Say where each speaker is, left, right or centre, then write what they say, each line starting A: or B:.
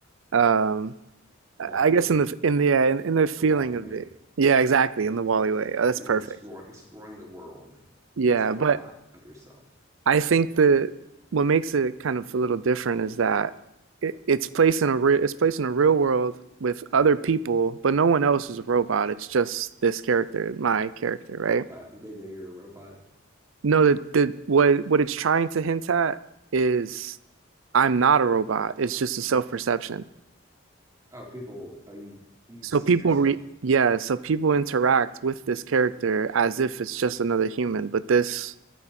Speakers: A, on the right (about 75°); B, on the right (about 15°).
A: um
B: <laughs> Wall-E,
A: I guess in the in the uh, in, in the feeling
B: the Wall-E
A: of
B: way.
A: it. Yeah, exactly, in the Wally way. Oh, that's
B: You're
A: perfect.
B: just explore, exploring the world
A: Yeah,
B: as a robot
A: but
B: of yourself.
A: I think the what makes it kind of a little different is that it, it's placed in a re, it's placed in a real world with other people, but no one else is a robot. It's just this character, my character, right?
B: Uh, they know you're a robot.
A: No, the, the what what it's trying to hint at is I'm not a robot. It's just a self-perception.
B: Oh, people, oh you you
A: So
B: see
A: people
B: yourself.
A: re yeah, so people interact with this character as if it's just another human, but this